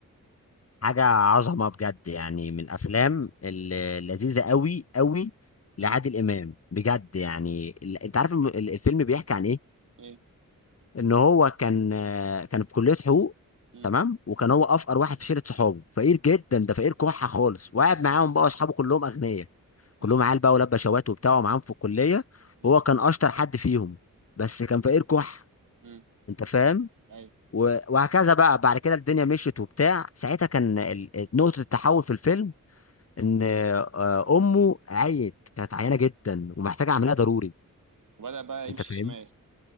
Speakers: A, on the left; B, on the right.
A: حاجه عظمه بجد يعني من الافلام ال- اللذيذه قوي قوي لعادل
B: امم
A: امام بجد يعني ال- انت عارف الم- ال- الفيلم بيحكي عن ايه
B: ايه
A: ان هو كان آه، كان في كليه حقوق
B: امم
A: تمام وكان هو افقر واحد في شله صحابه فقير جدا ده فقير كحه خالص وقعد
B: اي
A: معاهم بقى اصحابه كلهم اغنياء كلهم
B: امم
A: عيال بقى ولاد بشوات وبتاع ومعاهم في الكليه
B: امم
A: وهو كان اشطر حد فيهم بس كان فقير كح
B: امم
A: انت فاهم
B: اي
A: و- وهكذا بقى بعد كده الدنيا مشيت وبتاع ساعتها كان ال- نقطه التحول في الفيلم ان آه، امه عيت كانت عيانه جدا ومحتاجه عمليه ضروري
B: وبدأ بقى
A: انت
B: يمشي
A: فاهم
B: شمال